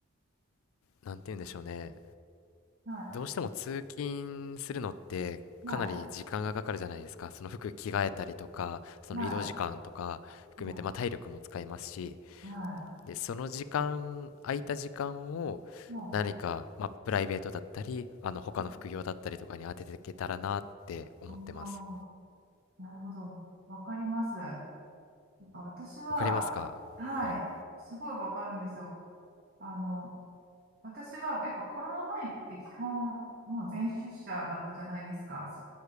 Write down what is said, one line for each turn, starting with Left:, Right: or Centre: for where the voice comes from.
Left: なんて言うんでしょうね。
Right: はい、
Left: どうしても通勤するのってかなり時間がかかるじゃないですか。
Right: はい、
Left: その服着替えたりとか、その移動時間とか含めて、
Right: はい、は
Left: まあ体力も使いますし、
Right: い、は
Left: で、その時間、空いた時間を
Right: い、も
Left: 何か、まあ、プライベートだったり、あの、他の副業だったりとかに当てていけたらなって思ってます。
Right: う、ああー、なるほど。わかります。なんか私は、
Left: わかりますかはい。
Right: はい、すごいわかるんですよ。あの、私は、やっぱコロナ前って基本、もう全出社だったじゃないですか。し